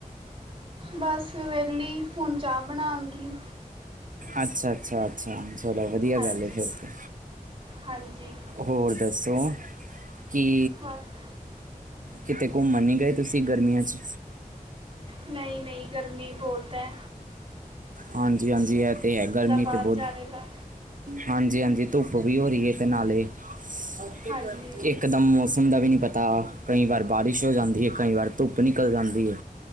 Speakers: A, on the right (about 35°); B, on the right (about 65°).
A: ਬਸ ਵਿਹਲੀ ਹੁਣ ਚਾਹ ਬਣਾਗੀ।
B: ਅੱਛਾ-ਅੱਛਾ, ਅੱਛਾ ਚਲੋ ਵਧੀਆ
A: ਹਾਂਜੀ
B: ਗੱਲ ਫਿਰ ਤੇ।
A: ਹਾਂਜੀ
B: ਹੋਰ ਦੱਸੋ ਕੀ
A: ਬਸ
B: ਕਿਤੇ ਘੁੰਮਣ ਨੀ ਗਏ ਤੁਸੀ ਗਰਮੀਆ ਚ?
A: ਨਹੀਂ-ਨਹੀਂ ਗਰਮੀ ਬਹੁਤ ਐ।
B: ਹਾਂਜੀ-ਹਾਂਜੀ ਇਹ ਤੇ ਹੈ ਗਰਮੀ
A: ਬਾਹਰ
B: ਤੇ ਬੌਤ
A: ਜਾਣੇ ਦਾ
B: ਹਾਂਜੀ-ਹਾਂਜੀ ਧੁੱਪ ਵੀ ਹੋ ਰਹੀ ਏ ਤੇ ਨਾਲੇ ਇੱਕ
A: ਹਾਂਜੀ
B: ਇਕਦਮ ਮੌਸਮ ਦਾ ਵੀ ਨਹੀਂ ਪਤਾ ਕਈ ਵਾਰ ਬਾਰਿਸ਼ ਹੋ ਜਾਂਦੀ ਐ ਕਈ ਵਾਰ ਧੁੱਪ ਨਿਕਲ ਜਾਂਦੀ ਏ।